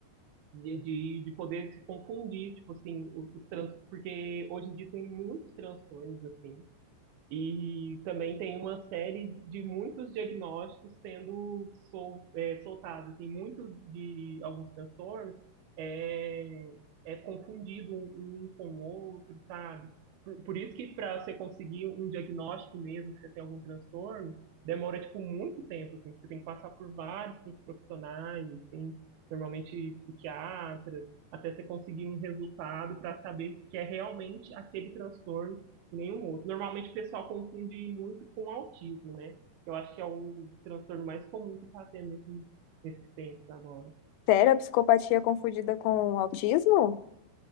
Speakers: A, on the right; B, on the left.
A: de, de, de poder se confundir, tipo assim, os, os trans, porque hoje em dia tem muitos transtornos, assim, e também tem uma série de muitos diagnósticos sendo sol, é, soltados. Assim, muito de alguns transtornos é, é confundido um um com o outro, sabe? Por, por isso que para você conseguir um diagnóstico mesmo, que você tem algum transtorno, demora, tipo, muito tempo, assim. Você tem que passar por vários profissionais, assim, normalmente psiquiatras, até você conseguir um resultado para saber que é realmente aquele transtorno nenhum outro. Normalmente o pessoal confunde muito com autismo, né? Eu acho que é o transtorno mais comum que está tendo nesses, nesses tempos agora.
B: Sério, a psicopatia é confundida com autismo?